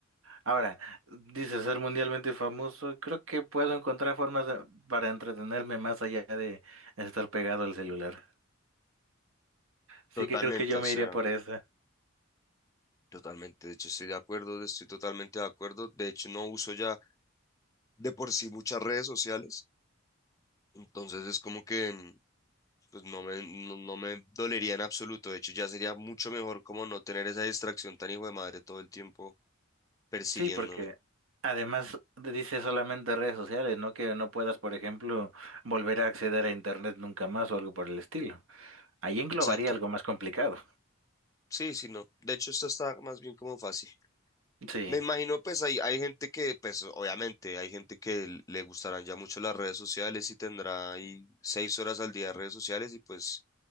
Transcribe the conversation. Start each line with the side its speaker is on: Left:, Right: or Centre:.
Right: Ahora, dice ser mundialmente famoso, creo que puedo encontrar formas de- para entretenerme más allá de estar pegado al celular. Así
Left: Totalmente,
Right: que creo que yo
Left: o
Right: me
Left: sea,
Right: iría por esa.
Left: totalmente. De hecho, estoy de acuerdo, estoy totalmente de acuerdo. De hecho, no uso ya de por sí muchas redes sociales. Entonces es como que mm, pues no me, no, no me dolería en absoluto. De hecho, ya sería mucho mejor como no tener esa distracción tan hijo de madre todo el tiempo persiguiéndome.
Right: Sí, porque además dice solamente redes sociales, ¿no? Que no puedas, por ejemplo, volver a acceder a internet nunca más o algo por el estilo. Ahí englobaría
Left: Exacto.
Right: algo más complicado.
Left: Sí, sí, no. De hecho, esto está más bien como fácil.
Right: Sí,
Left: Me imagino, pues hay, hay gente que, pues obviamente, hay gente que l- le gustarán ya mucho las redes sociales y tendrá ahí seis horas al día de redes sociales y pues